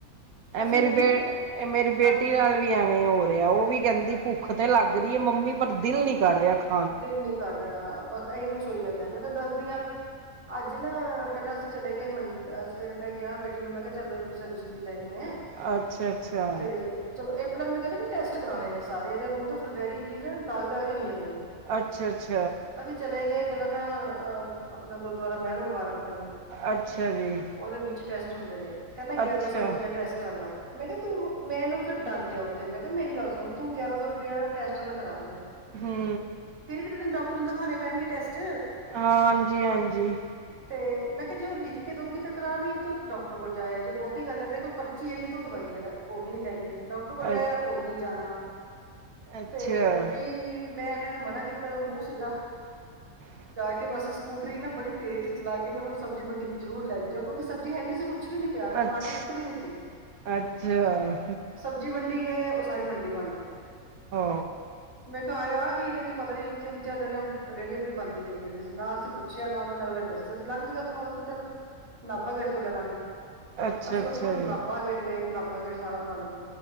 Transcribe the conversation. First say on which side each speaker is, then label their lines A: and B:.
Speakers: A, on the right; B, on the right.
A: ਐ
B: ਅੱਛਾ
A: ਮੇਰੀ
B: ਮੈਨੂੰ
A: ਬੇ
B: ਨਾ
A: ਮੇਰੀ ਬੇਟੀ
B: ਅੱਜ
A: ਨਾਲ ਵੀ ਐਵੇਂ ਹੋਰ ਰਿਹਾ। ਉਹ ਵੀ ਕਹਿੰਦੀ ਭੁੱਖ ਤੇ ਲੱਗ ਰਹੀ ਹੈ ਮੰਮੀ ਪਰ ਦਿਲ ਨੀ ਕਰ ਰਿਹਾ ਖਾਣ ਨੂੰ।
B: ਦਿਲ ਨੀ ਕਰ ਰਿਹਾ ਬਸ ਇਹੀ ਕੁੱਛ ਹੋਈ ਜਾਂਦਾ ਮੈਂ ਤੁਹਾਨੂੰ ਦੱਸਦੀ ਹਾਂ ਅੱਜ ਨਾ ਪਹਿਲਾਂ ਅਸੀਂ ਚਲੇ ਗਏ ਮੰਦਰ ਸਵੇਰੇ ਮੈਂ ਗਿਆ ਬੇਟੀ ਨੂੰ ਮੈਂ ਕਿਹਾ ਚੱਲ ਵੀ ਸਬਜੀ ਸੂਬਜੀ ਲੈਣੀ ਹੈ
A: ਅੱਛਾ ਅੱਛਾ
B: ਤੇ ਚਲੋ ਇਹ ਪਹਿਲਾ ਮੈਨੂੰ ਕਹਿੰਦੇ ਵੀ ਟੈਸਟ ਕਰਾਣੇ ਨੇ ਸਾਰੇ ਇਹਦੇ ਮੂੰਹ ਤੇ ਫੁਲੈਰੀ ਜੀ ਨਾ ਦਾਗ਼ ਦਾਗ ਜੇ ਹੋਈ ਜਾਂਦੇ ਨੇ।
A: ਅੱਛਾ ਅੱਛਾ
B: ਅਸੀਂ ਚਲੇ ਗਏ ਪਹਿਲਾਂ ਤਾਂ ਅਹ ਆਪਣਾ ਗੁਰਦੁਆਰਾ ਮਹਿਲ ਮੁਬਾਰਕ ਕਣੀ
A: ਅੱਛਾ ਜੀ।
B: ਉਹਦੇ ਵਿੱਚ ਟੈਸਟ ਹੁੰਦੇ ਨੇ ਕਹਿੰਦਾ
A: ਅੱਛਾ
B: ਗਿਆਰਾਂ ਸੌ ਰੁਪਇਆ ਟੈਸਟਾਂ ਦਾ ਮੈਂ ਕਿਹਾ ਤੂੰ ਮੈਂ ਇਹਨੂੰ ਫਿਰ ਡਾਂਟਿਆ ਉਥੇ ਮੈਂ ਕਿਹਾ ਮੇਰੀ ਗੱਲ ਸੁਣ ਤੂੰ ਗਿਆਰਾਂ ਸੌ ਰੁਪਇਆ ਟੈਸਟਾਂ ਦਾ ਕਰ ਰਿਹਾ।
A: ਹੂੰ
B: ਫੇਰ ਵੀ ਤੇ ਤੈਨੂੰ ਡਾਕਟਰ ਨੂੰ ਦਿਖਾਉਣੇ ਪੈਣਗੇ ਟੈਸਟ
A: ਹਾਂ ਹਾਂਜੀ ਹਾਂਜੀ।
B: ਤੇ ਮੈਂ ਕਿਹਾ ਜੇ ਉਹ ਲਿਖ ਕੇ ਦਊਗੀ ਤਾਂ ਕਰਾ ਲਈ ਤੂੰ ਡਾਕਟਰ ਕੋਲ ਜਾਇਆ ਜੇ ਬਹੁਤੀ ਗੱਲ ਹੈ ਦੇਖ ਪਰਚੀ ਐ ਤੂੰ ਦਵਾਈ ਲੈ ਲਾ ਉਹ ਵੀ ਨੀ ਲੈਣੀ ਡਾਕਟਰ ਕੋਲ ਜਾਇਆ
A: ਅ
B: ਉਹ ਵੀ ਨੀ ਜਾਣਾ
A: ਅੱਛਾ
B: ਤੇ ਬਈ ਮੈਂ ਨੇ ਮਨਾ ਕੀਤਾ ਉਹ ਮੂੰਹ ਸੁਜਾ
A: <inaudible>
B: ਕੇ ਬਸ ਸਕੂਟਰੀ ਨਾ ਬੜੀ ਤੇਜ਼ ਚਲਾ ਕੇ ਮੈਨੂੰ ਸਬਜ਼ੀ ਮੰਡੀ ਜ਼ਰੂਰ ਲੈ ਕੇ ਜਾਓ ਕਿਉਂਕਿ ਸਬਜ਼ੀ ਹੈਨੀ ਸੀ ਕੁਛ ਕੁਛ ਵੀ ਨੀ ਪਿਆ ਟਮਾਟਰ
A: ਅੱਛ
B: ਇੱਕ ਵੀ ਨੀ ਸੀ
A: ਅੱਛਾ
B: ਸਬਜ਼ੀ ਮੰਡੀ ਗਏ ਉਹ ਸਾਰੀ ਮੰਡੀ ਬੰਦ
A: ਹੋ
B: ਮੈਂ ਕਿਹਾ ਕੀ ਕਹਿੰਦੇ ਪਤਾ ਨੀ ਤਿੰਨ ਚਾਰ ਜਣੇ ਉਹ ਰੇਹੜੀ ਆਪਣੀ ਬੰਦ ਕਰੀ ਜਾਂਦੇ ਸੀ ਨਾ ਅਸੀਂ ਪੁੱਛਿਆ ਨਾ ਉਹਨਾਂ ਨੇ ਅਗਲਿਆਂ ਨੇ ਦੱਸਿਆ ਅਸੀਂ ਲੰਘਗੇ ਉੱਥੋਂ ਅਸੀ ਕਿਹਾ ਚਲ ਨਾਭਾ ਗੇਟ ਤੋਂ ਲੈ ਲਾਂਗੇ।
A: ਅੱਛਾ
B: ਅਸੀਂ
A: ਅੱਛਾ
B: ਉੱਥੋਂ ਨਾਭਾ
A: ਜੀ
B: ਗੇਟ ਗਏ ਨਾਭਾ ਗੇਟ ਸਾਰਾ ਬੰਦ।